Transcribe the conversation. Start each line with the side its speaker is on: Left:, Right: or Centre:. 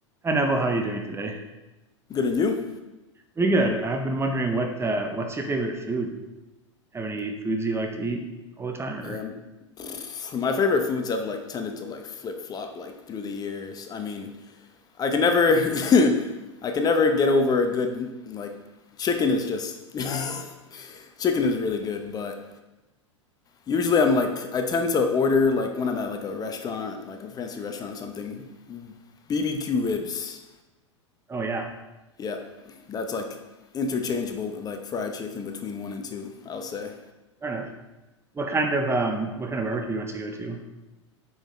Right: Hi Neville, how are you doing today?
Left: Good and you?
Right: Pretty good. I've been wondering what uh, what's your favorite food? Have any foods you like to eat all the time, or
Left: Um, pff, my favorite foods have like tended to like flip flop like through the years. I mean, I can never, <laughs> I can never get over a good like chicken is just <laughs> chicken is really good, but usually I'm like I tend to order like when I'm at like a restaurant, like a fancy restaurant or something, BBQ ribs.
Right: oh yeah,
Left: yeah, that's like interchangeable with like fried chicken between one and two. I'll say.
Right: fair enough. What kind of um what kind of barbecue do you want to go to?